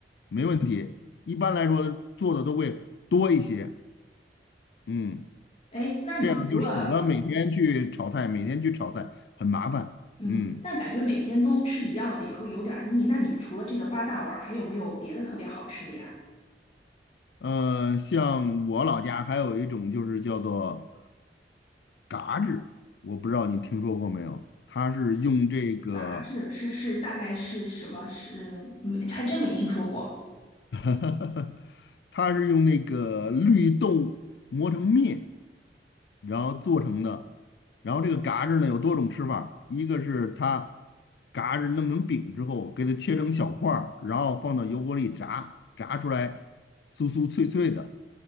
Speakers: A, on the left (about 65°); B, on the left (about 35°).
A: 没问题。一般来说做的都会多一些，嗯。
B: 哎，那你们除了
A: 这样就省了每天去炒菜，每天去炒菜很麻烦。
B: 嗯，
A: 嗯，
B: 但感觉每天都吃一样的也会有点儿腻，那你们除了这个八大碗儿还有没有别的特别好吃的呀？
A: 呃，像我老家还有一种就是叫做嘎制，我不知道你听说过没有？它是用这个
B: 嘎吱是是大概是什么？是没还真没听说过。
A: <laughs> 它是用那个绿豆磨成面，然后做成的。然后这个嘎子呢有多种吃法，一个是它嘎子弄成饼之后，给它切成小块儿，然后放到油锅里炸，炸出来酥酥脆脆的。